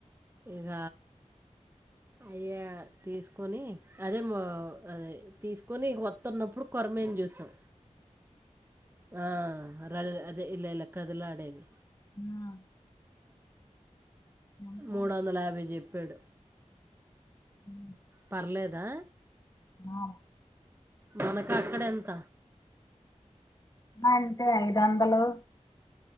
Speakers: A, on the right; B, on the left.
A: ఇక అయ తీసుకొని అదేద తీసుకొని వత్త ఉన్నప్పుడు కరిమేను చ్యూసా ఆ ర అదే ఇలా ఇలా కదిలా ఆడేవి
B: ఆ ఎంత
A: మూడు వందల యాభై చెప్పాడు
B: ఉ
A: పర్లేదా
B: ఆ
A: మనక అక్కడ ఎంత
B: అంటే ఐదు వందలు